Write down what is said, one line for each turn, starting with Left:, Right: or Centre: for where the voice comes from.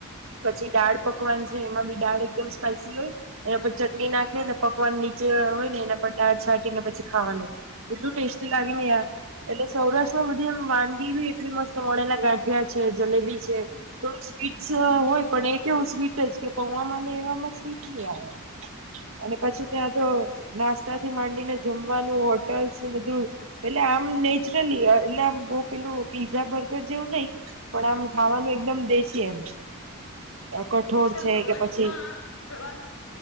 Right: પછી દાળ પકવાન છે એમાં બી દાળ એકદમ સ્પાઈસી હોય અને પછી ચટણી નાખે ને પકવાન નીચે હોય ને એના પટાર છાંટીને પછી ખાવાનું એટલું ટેસ્ટી લાગે ને યાર એટલે સૌરાષ્ટ્રમાં બધી એમ વાનગી બી એટલી મસ્ત મળેલા ગાંઠિયા છે જલેબી છે થોડું સ્વીટસ હોય પણ એ કેવું સ્વીટ જ કે પૌવા ને એવામાં સ્વીટ નહી આવે એમ અને પછી
Left: અચ્છા
Right: ત્યાં તો નાસ્તા થી માંડીને જમવાનું હોટલ્સ ને બધું એટલે આમ નેચરલી એટલે આમ બો પેલું પીઝા બર્ગર જેવું નય પણ આમ ખાવાનું એકદમ દેશી એમ કઠોળ
Left: તો
Right: છે
Left: સૌરાષ્ટ્રમાં
Right: કે પછી
Left: પ્રવાસ